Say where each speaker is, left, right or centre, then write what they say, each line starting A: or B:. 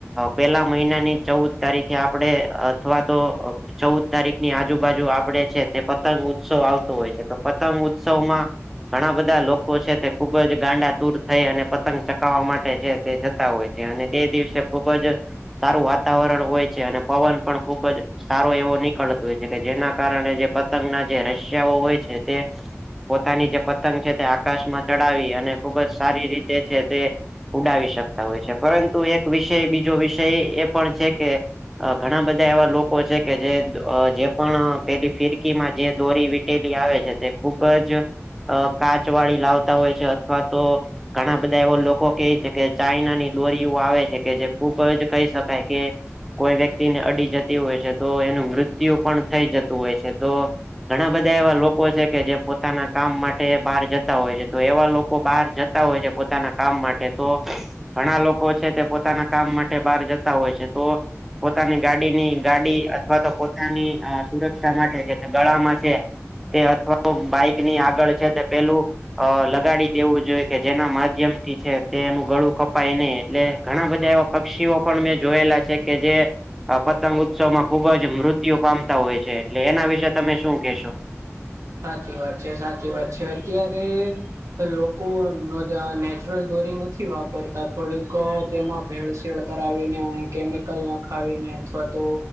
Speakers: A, in the centre; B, on the right (about 75°).
A: પેલા મહિનાની ચૌદ તારીખે આપડે અથવા તો ચૌદ તારીખ ની આજુબાજુ આપડે છે તે પતંગ ઉત્સવ આવતો હોય છે તો પતંગ ઉત્સવમાં ઘણા બધા લોકો છે તે ખુબ જ ગાંડા તૂર થઈ અને પતંગ ચકાવવા માટે છે તે જતા હોય છે અને તે દિવસે ખુબ જ સારું વાતાવરણ હોય છે અને પવન પણ ખુબ જ સારો એવો નીકળતો હોય છે કે જેના કારણે જે પતંગના જે રશિયાઓ હોય છે તે પોતાની જે પતંગ છે તે આકાશમાં ચડાવી અને ખુબ જ સારી રીતે છે તે ઉડાવી શકતા હોય છે પરંતુ એક વિષય બીજો વિષય એ પણ છે કે ઘણા બધા એવા લોકો છે કે જે જે પણ પેલી ફિરકીમાં જે દોરી લી આવે છે તે ખૂબ જ કાચ વાળી લાવતા હોય છે અથવા તો ઘણા બધા એવા લોકો કે છે કે ચાઈનાની દોરીઓ આવે છે કે જે ખુબ જ કહી શકાય કે કોઈ વ્યક્તિને અડી જતી હોય છે તો એનું મૃત્યુ પણ થઈ જતું હોય છે તો ઘણા બધા એવા લોકો છે કે જે પોતાના કામ માટે બહાર જતા હોય છે તો એવા લોકો બહાર જતા હોય છે પોતાના કામ માટે તો ઘણા લોકો છે તે પોતાના કામ માટે બહાર જતા હોય છે તો પોતાની ગાડીની ગાડી અથવા તો પોતાની સુરક્ષા માટે છે ગળામાં છે એ અથવા તો બાઈક ની આગળ છે તે પેલું અ લગાડી દેવું જોઈએ કે જેના માધ્યમ થી છે તે એનું ગળું કપાય નહી એટલે ઘણા બધા એવા પક્ષીઓ પણ મેં જોયેલા છે કે જે આ પતંગ ઉત્સવમાં ખુબ જ મૃત્યુ પામતા હોય છે એટલે એના વિશે તમે શું કેહેશો?
B: સાચી વાત છે સાચી વાત છે અત્યારે લોકો નેચરલ દોરી નથી વાપરતા થોડીક તેમાં ભેળસેળ કરાવીને કેમિકલ નખાવીને અથવા તો